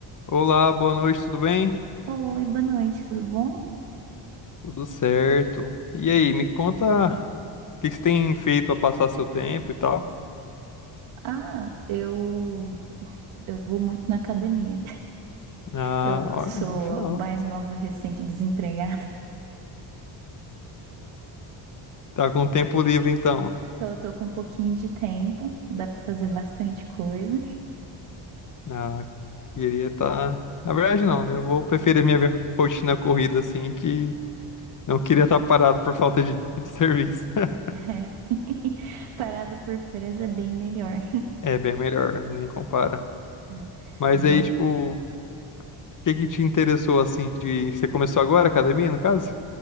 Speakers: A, on the left; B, on the right.
A: Olá, boa noite, tudo bem?
B: Oi, boa noite, tudo bom?
A: Tudo certo. E aí, me conta o que que você tem feito para passar seu tempo e tal?
B: Ah, eu, eu vou muito na academia.
A: Ah,
B: Eu
A: olha,
B: sou
A: bom final.
B: mais nova, recente, desempregada.
A: Tá com tempo livre então.
B: Tô, tô com um pouquinho de tempo, dá pra fazer bastante coisa.
A: Ah, queria estar. Na verdade, não, né? Eu vou preferir minha vi- rotina corrida assim, que não queria estar parado por falta de, <laughs> de serviço. <laughs>
B: É. <laughs> Parado por férias é bem melhor.
A: É bem melhor, nem compara.
B: É.
A: Mas
B: Mas
A: aí,
B: eu,
A: tipo, o que que te interessou assim de. Você começou agora a academia, no caso?